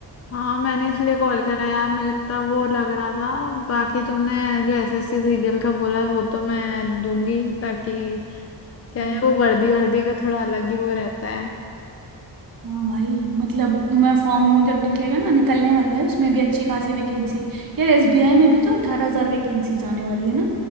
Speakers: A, on the left (about 35°); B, on the right (about 50°).
A: हाँ मैंने इसलिए कॉल करा यार मेरे इतना वो लग रहा था बाकी तुमने जो एसएससी सीरियल का बोला वो तो मैं दूंगी ताकि क्या
B: हम्म,
A: है वो वर्दी वर्दी का थोड़ा अलग ही वो रहता है
B: हाँ भाई मतलब मैं फॉर्म जब निकलेगा ना निकलने वाला है उसमें भी अच्छी खासी वैकेंसी यार एसबीआई में भी तो अठारह हजार वैकेंसीज आने वाली है ना